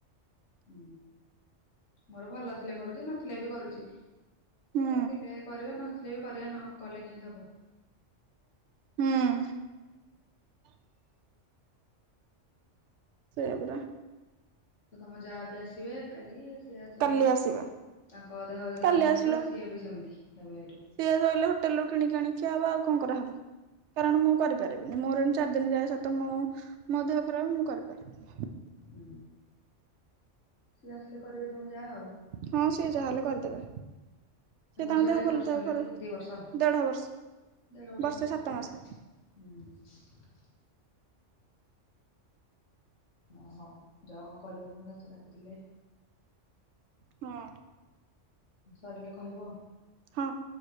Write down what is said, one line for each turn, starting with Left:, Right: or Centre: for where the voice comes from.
Left: ହୁଁ। ମୋର ଭଲ ଥିଲେ କରୁଛି ନଥିଲେ ବି କରୁଛି।
Right: ହୁଁ
Left: ଥିଲେ କରିବା ନଥିଲେ ବି କରିବା ନ କଲେ କେମିତି ହବ।
Right: ହଁ। ସେୟାପରା।
Left: ତ ତମ ଯାଆ ବି ଆସିବେ କାଲି ସିଏ ଆସିଲେ।
Right: କାଲି ଆସିବା
Left: ତାଙ୍କ ଦେହ ଯଦି
Right: କାଲି
Left: କମି
Right: ଆସିଲେ
Left: ନଥିବ ସିଏ ବି ସେମିତି ହେବେ ଏଏଠୁ।
Right: ସିଏ ରହିଲେ ହୋଟେଲ ରୁ କିଣିକି ଆଣିିକି ଖିଆ ହବ ଆଉ କ କରାହେବ। କାରଣ ମୁଁ କରିପାରିବିନି ମୋର ଏମିନ୍ତି ଚାରି ଦିନି ଯାଏ ସତ ମୁଁ। ମୋ ଦେହ ଖରାପ ମୁଁ କରିପାରିବି।
Left: ହୁଁ। ସିଏ ଆସିଲେ କରିବେ ତମ ଯା ଆଉ।
Right: ହଁ ସିଏ ଯାହା ହେଲେ କରିଦେବେ। ସେ ତାଙ୍କ
Left: ଝିଅ
Right: ଦେହ
Left: କେତେ
Right: ଭଲ
Left: ବର୍ଷ
Right: ଥାଉ
Left: ହେଲା
Right: ଖରା଼ପ। କର
Left: କି ଦି ବର୍ଷ?
Right: ଦେଢ ବର୍ଷ।
Left: ଦେଢ ବର୍ଷ
Right: ବର୍ଷେ
Left: ଅଛି ପିଲା
Right: ସାତ ମାସେ।
Left: ହୁଁ। ଓ ହୋ। ଯାଅ କ କରିବ ତମ ଶାଶୁ ଡାକୁଥିଲେ।
Right: ହଁ।
Left: ସରିଲେ କହିବ ଆଉ।
Right: ହଁ।